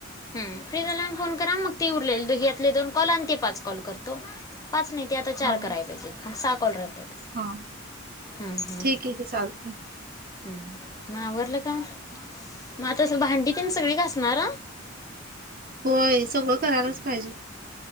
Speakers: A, on the left; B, on the right.
A: ह फ्री झाल्यावर मग फोन करा मग ती उरलेल यातले दोन कॉल आणि ते पाच कॉल करतो पाच नाही. ते आता चार
B: हा.
A: करायला पाहिजेत मग सहा कॉल राहतील.
B: हा
A: हम्म हम्म
B: ठीक आहे की चालते
A: हम् मग आवरलं! का मग आता भांडी पण सगळी घासणार?
B: होय सगळं करायलाच पाहिजे.